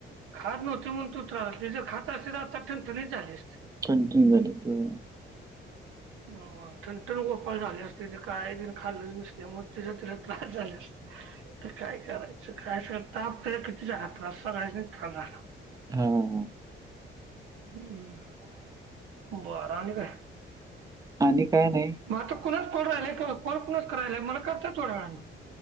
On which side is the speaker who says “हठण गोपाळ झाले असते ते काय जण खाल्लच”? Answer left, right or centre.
Right